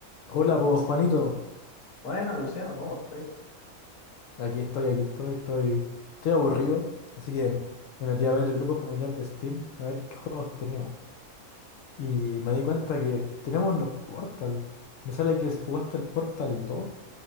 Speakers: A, on the left; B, on the left.
A: Hola, pues Juanito,
B: Bueno, Luciano, ¿cómo estáis?
A: aquí estoy, aquí estoy, estoy, estoy aburrido, así que me metí a ver el grupo familiar de Steam, a ver qué juegos teníamos. Y me di cuenta que tenemos los Portal. Me sale que jugaste el Portal 2,